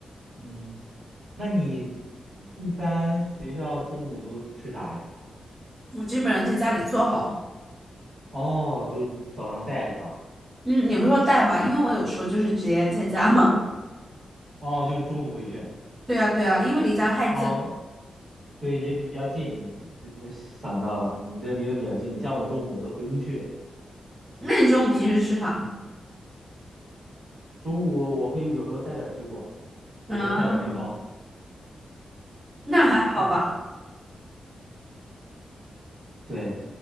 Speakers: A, on the right; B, on the right.
A: 嗯，那你一般学校中午都吃啥呀？
B: 我基本上在家里做好，
A: 哦，就早上带是吧？
B: 嗯，也不是说带吧，因为我有时候就是直接在家嘛。
A: 哦，就中午回去啊。
B: 对啊，对啊，因为离家太近了
A: 哦，对，也比较近，就就想到了，你这离得比较近。像我中午我都回不去，
B: 那你中午平时吃啥？
A: 中午我会有时候带点水果，有时候带点面包，
B: 嗯，那还好吧，
A: 懂吗？<laughs> 对，